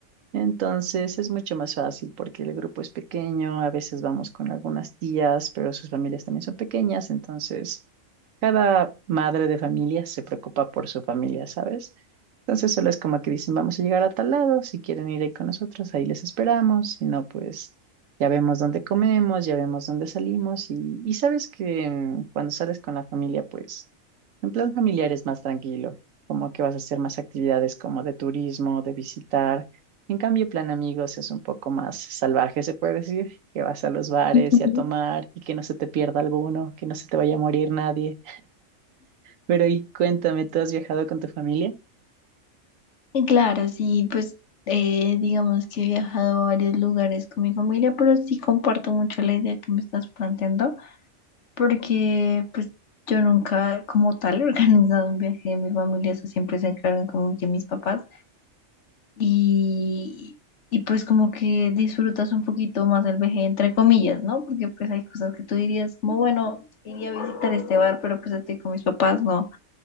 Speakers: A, on the right (about 75°); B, on the left (about 65°).
A: Entonces es mucho más fácil porque el grupo es pequeño, a veces vamos con algunas tías, pero sus familias también son pequeñas, entonces cada madre de familia se preocupa por su familia, ¿sabes? Entonces solo es como que dicen, vamos a llegar a tal lado, si quieren ir ahí con nosotros, ahí les esperamos, si no, pues ya vemos dónde comemos, ya vemos dónde salimos y, y sabes que mm, cuando sales con la familia, pues en plan familiar es más tranquilo, como que vas a hacer más actividades como de turismo, de visitar. En cambio, plan amigos es un poco más salvaje, se puede decir, que vas a los bares
B: Ujú.
A: y a tomar y que no se te pierda alguno, que no se te vaya a morir nadie. Pero y cuéntame, ¿tú has viajado con tu familia?
B: Y Claro, sí, pues eh, digamos que he viajado a varios lugares con mi familia, pero sí comparto mucho la idea que me estás planteando, porque pues yo nunca como tal he <laughs> organizado un viaje de mi familia, eso siempre se encargan como que mis papás y, y pues como que disfrutas un poquito más el viaje entre comillas, ¿no? Porque pues hay cosas que tú dirías como, bueno, iría a visitar este bar, pero pues estoy con mis papás, ¿no?